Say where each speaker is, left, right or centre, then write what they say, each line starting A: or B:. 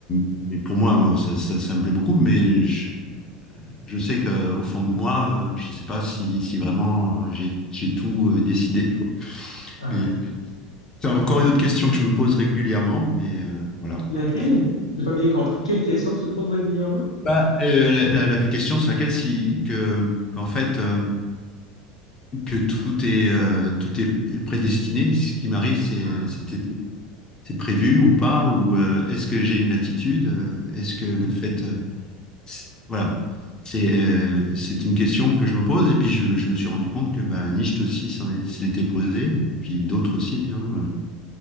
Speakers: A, on the left (about 25°); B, on the left (about 80°).
A: Mais pour moi, bon, ça, ça, ça me plaît beaucoup. Mais je, je sais qu'au fond de moi, euh, je sais pas si, si vraiment euh, j'ai, j'ai tout euh, décidé, <laughs> quoi.
B: Ah.
A: Mais c'est encore une autre question que je me pose régulièrement. Mais euh, voilà.
B: Laquelle?
A: C'est-
B: J'ai pas bien compris. Quelle question tu te poses régulièrement?
A: Bah, euh, la, la- la question sur laquelle, si, que, qu'en fait, euh, que tout est, euh, tout est prédestiné. Ce qui m'arrive, c'est
B: Ah.
A: c'est- c'est prévu ou pas, ou euh, est-ce que j'ai une latitude, euh, est-ce que le
B: Hmm.
A: fait, euh, c'est- voilà, c'est euh, c'est une question que je me pose. Et puis je, je me suis rendu compte que bah, Nietzsche aussi s'en est- se l'était posé, et puis d'autres aussi. hein. Euh,